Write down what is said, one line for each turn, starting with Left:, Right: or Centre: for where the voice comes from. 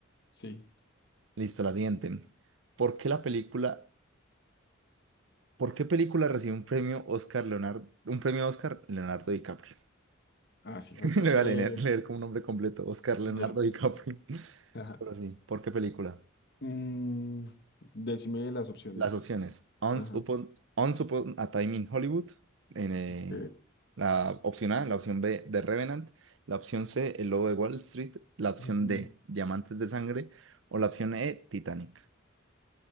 Left: Sí.
Right: Listo, la siguiente. ¿Por qué la película ¿Por qué película recibió un premio Oscar Leonardo, un premio Oscar Leonardo DiCaprio?
Left: Ah, sí,
Right: <laughs>
Left: falta.
Right: Le voy
Left: Eh,
Right: a leer, leer como un nombre completo, Oscar Leonardo
Left: ya.
Right: DiCaprio. <laughs>
Left: Ajá.
Right: Pero sí, ¿por qué película?
Left: Mm, decime las opciones.
Right: Las opciones, Once
Left: Ajá.
Right: Upon, Once Upon a Time in Hollywood, en, eh,
Left: ok.
Right: la opción A, la opción B, The Revenant, la opción C, El Lobo de Wall Street, la opción
Left: Ujú.
Right: D, Diamantes de Sangre, o la opción E, Titanic.